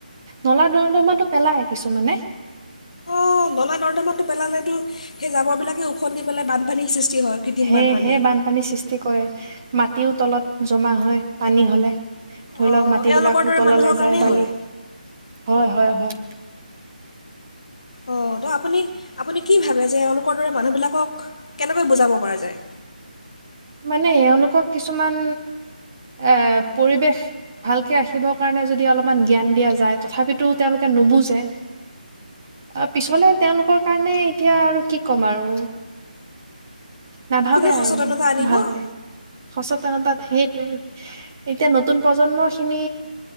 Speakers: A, on the right (about 15°); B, on the left (about 45°).
A: নলা-নৰ্দমাটো পেলাই কিছুমানে।
B: অহ, নলা-নৰ্দমাতটো পেলালেতো সেই জাবৰ বিলাকে ওখত নি পেলাই বানপানীৰ সৃষ্টি হয় কৃত্ৰিম
A: সেয়হে
B: বানপানী
A: বানপানীৰ সৃষ্টি কৰে, মা তিও তলত জমা হয়, পানী হ'লে। ধৰি
B: অঁ
A: লওঁক, মাটিবিলাকো
B: এওঁলোকৰ দৰে
A: তললে
B: মানুহৰ কাৰণেই
A: যায় বালি
B: হয়
A: হয়-হয়-হয়।
B: অ', তো আপুনি, আপুনি কি ভাবে যে এওঁলোকৰ দৰে মানুহবিলাকক কেনেকৈ বুজাব পৰা যায়?
A: মানে, এওঁলোকক কিছুমান এ পৰিৱেশ ভালকে ৰাখিবৰ কাৰণে যদি অলপমান জ্ঞান দিয়া যায়, তথাপিতো তেওঁলোকে নুবুজে, অ পিছলে তেওঁলোকৰ কাৰণে এতিয়া আৰু কি ক'ম আৰু। নাভাবে
B: কোনে
A: আৰু।
B: সচেতনতা আনিব
A: ভালকে, সচেত তামানে তাত সেইটোৱে। এতিয়া নতুন প্ৰজন্ম খিনি,